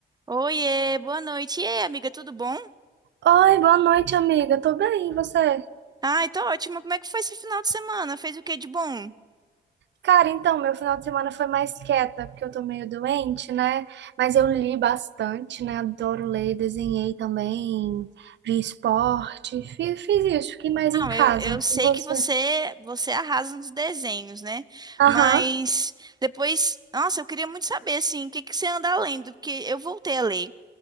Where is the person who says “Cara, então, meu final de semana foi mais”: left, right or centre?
Right